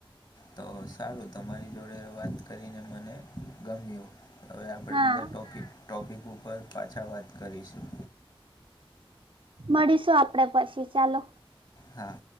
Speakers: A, on the left; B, on the right.
A: તો સારું તમારી જોડે વાત કરીને મને ગમ્યું. હવે આપડે
B: હા
A: બીજા ટોપિક ટોપિક ઉપર પાછા વાત કરીશું.
B: મળીશું આપડે પછી ચાલો.
A: હા